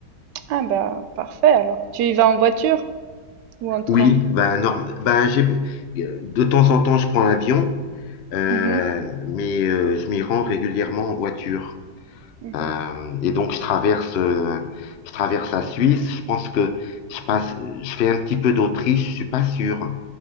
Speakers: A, on the right; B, on the left.
A: Ah bah, parfait alors. Tu y vas en voiture ou en train?
B: Oui, ben, norm- ben, j'ai, de temps en temps, je prends l'avion, euh,
A: Mmh mh.
B: mais euh, je m'y rends régulièrement en voiture.
A: Mmh
B: Euh, et donc, je traverse, euh, je traverse la Suisse. Je pense que je passe, je fais un petit peu d'Autriche, je suis pas sûr.